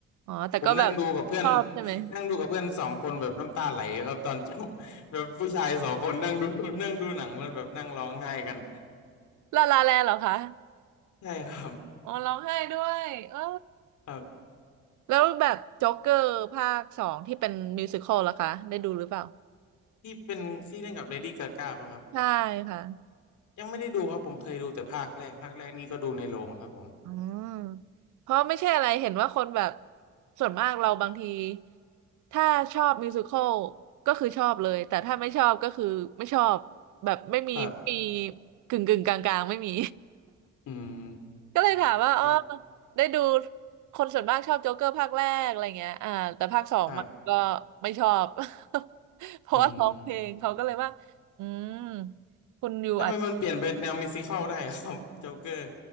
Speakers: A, on the right; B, on the left.
A: อ๋อแต่ก็แบบ
B: ผมนั่งดูกับเพื่อน
A: ชอบใช่ไหม
B: นั่งดูกับเพื่อนสองคนแบบน้ำตาไหลครับตอนจบแบบผู้ชายสองคนนั่งดูนั่งดูหนังแล้วแบบนั่งร้องไห้กัน
A: <laughs> ลาลาแลนด์เหรอคะ
B: ใช่ครับ
A: อ๋อร้องไห้ด้วยเออ
B: ครับ
A: แล้วแบบจ็อกเกอร์ภาคสองที่เป็นมิวสิคอลล่ะคะได้ดูหรือเปล่า
B: ที่เป็นที่เล่นกับเลดี้กาก้าป่ะครับ
A: ใช่ค่ะ
B: ยังไม่ได้ดูครับผมเคยดูแต่ภาคแรกภาคแรกนี่ก็ดูในโรงครับผม
A: อืมเพราะไม่ใช่อะไรเห็นว่าคนแบบส่วนมากเราบางทีถ้าชอบมิวสิควลก็คือชอบเลยแต่ถ้าไม่ชอบก็คือไม่ชอบแบบไม่มีมี
B: ครับ
A: กึ่งกึ่งกลางกลางๆไม่มี
B: อืม
A: <laughs> ก็เลยถามว่าอ๋อ
B: ครับผม
A: ได้ดูคนส่วนมากชอบโจ๊กเกอร์ภาคแรกอะไรเงี้ยอ่าแต่ภาคสองมันก็ไม่ชอบ
B: ครับ
A: <laughs> เพราะว่าร้องเพลงเขาก็เลยว่าอืม
B: อืม
A: คุณยูอาจ
B: ทำไมมันเปลี่ยนเป็นแนวมิวสิคัลได้ครับโจ๊กเกอร์